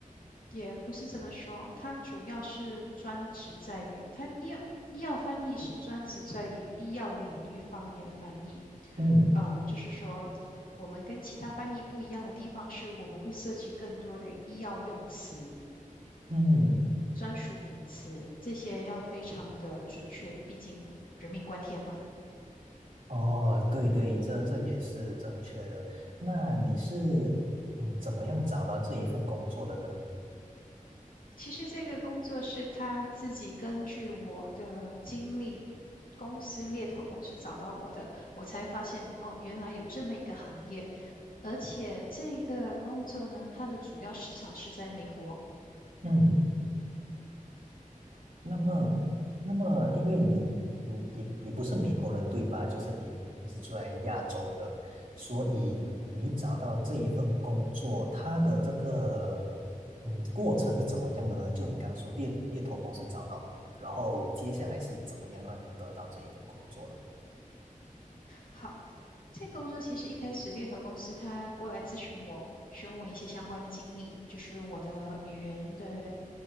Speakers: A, on the left (about 80°); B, on the right (about 75°).
A: 也不是这么说，它主要是专职在于它医药医药翻译是专职在于医药领域方面的翻译，
B: 嗯
A: 呃，就是说我们跟其他翻译不一样的地方是我们会涉及更多的医药用词、
B: 嗯，
A: 专属名词，这些要非常的准确，毕竟人命关天嘛。
B: 哦，对对，这这也是正确的。那你是嗯怎么样找到这一份工作的呢？
A: 其实这个工作是他自己根据我的经历公司猎头公司找到我的，我才发现哦，原来有这么一个行业，而且这个工作呢，它的主要市场是在美国。
B: 嗯那么，那么，因为你你你你不是美国人对吧？就是你你是住在亚洲的，所以你找到这一份工作，
A: 嗯哼，
B: 它的这个嗯过程是怎么样的呢？就你刚刚说猎猎头公司找到你嘛，然后接下来是怎么样让你得到这一份工作的？
A: 好，这个工作其实一开始猎头公司他过来咨询我，询问我一些相关的经历，就是我的语言的